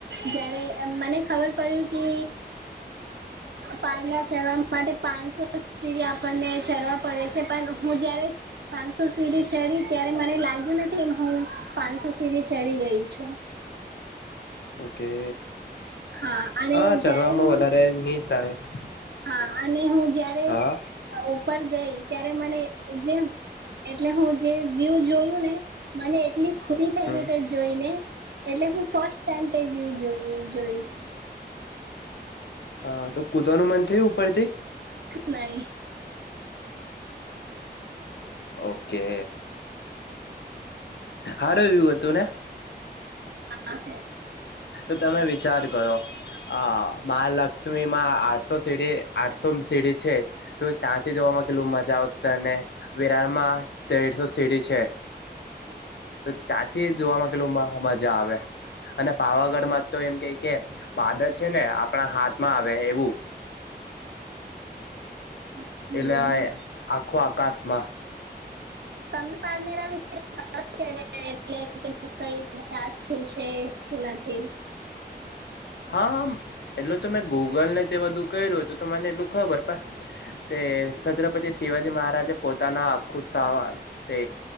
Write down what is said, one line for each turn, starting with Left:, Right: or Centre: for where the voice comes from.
Right: જ્યારે મને ખબર પડ્યું કે
Left: <inaudible>
Right: પારલા ચરવા માટે પાંચસો સીડી આપણને ચરવા પડે છે, પણ હું જ્યારે પાંચસો સીડી ચડી ત્યારે મને લાગ્યું નથી, હું પાંચસો સીડી ચડી ગઈ છું.
Left: ઓકે
Right: હા અને
Left: હા ચડવામાં
Right: જ્યારે હું
Left: વધારે ની થાય.
Right: હા, અને હું જ્યાં
Left: હા આ
Right: ને ઉપર ગઈ ત્યારે મને જેમ એટલે હું જે વ્યુ જોયું ને મને એટલી ખુશી થઈને
Left: હમ
Right: કે જ જોઈને એટલે હું ફસ્ટ ટાઈમ તે વ્યુ જોઈ જોયું છે.
Left: હા તો કુદવાનું મન થયું ઉપરથી
Right: નઈ
Left: ઓકે. હારું વ્યુ હતું ને
Right: આ આને
Left: તો તમે વિચાર કરો અ મહાલક્ષ્મી માં આઠસો સીડી આઠસો સીડી છે, તો ત્યાંથી જોવામાં કેટલું મજા આવશે, અને વિરાળમાં તેરસો સીડી છે. તો ત્યાંથી જોવામાં કેટલું મજા આવે.
Right: હા. <unintelligible>
Left: અને પાવાગઢમાં તો એમ કંઈક કે વાદળ છે, ને આપણા હાથમાં આવે એવું.
Right: હમ
Left: એટલે આએ આખો આકાશમાં
Right: તમને પારનેરા વિશે ખ <unintelligible> એટલે કંઈ આ શું છે, શું નથી.
Left: હા આ એટલું તો મેં ગૂગલને તે બધું કર્યું, તો તો મને એટલું ખબર પ તે છત્રપતિ શિવાજી મહારાજે પોતાના આખું સાવા તે